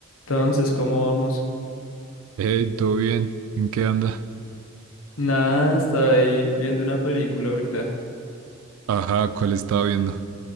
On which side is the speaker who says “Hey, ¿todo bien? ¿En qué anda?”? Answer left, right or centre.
Right